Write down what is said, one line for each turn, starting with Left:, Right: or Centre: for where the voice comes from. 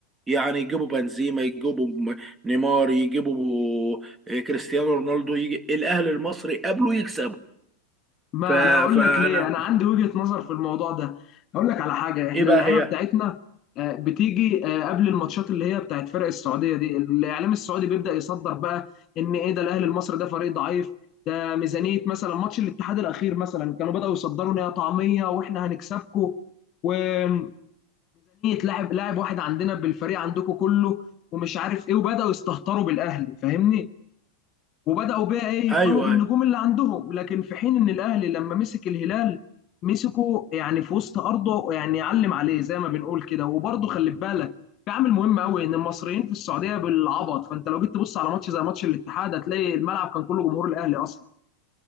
Right: يعني يجيبوا بنزيما يجيبوا م- نيمار يجيبوا آه، كريستيانو رونالدو يجي الاهلي المصري قابله يكسبه
Left: ما
Right: ف...
Left: انا هقول
Right: فانا
Left: لك ليه انا عندي وجهة نظر في الموضوع ده هقول لك على حاجة احنا
Right: ايه بقى
Left: اللعيبة
Right: هي
Left: بتاعتنا آه، بتيجي آه، قبل الماتشات اللي هي بتاعت فرق السعودية دي الاعلام السعودي بيبدأ يصدر بقى ان ايه ده الاهلي المصري ده فريق ضعيف ده ميزانية مثلا ماتش الاتحاد الاخير مثلا كانوا بدأوا يصدروا ان هي طعمية واحنا هنكسبكم وميزانية لاعب لاعب واحد عندنا بالفريق عندكم كله ومش عارف ايه وبدأوا يستهتروا بالاهلي فاهمني وبداوا بقى ايه يبهوا
Right: ايوه
Left: بالنجوم
Right: أيوه.
Left: اللي عندهم لكن في حين ان الاهلي لما مسك الهلال مسكه يعني في وسط ارضه يعني يعلم عليه زي ما بنقول كده وبرضه خلي بالك في عامل مهم قوي ان المصريين في السعوديه بالعبط فانت لو جيت تبص على ماتش زي ماتش الاتحاد هتلاقي الملعب كان كله جمهور الاهلي اصلا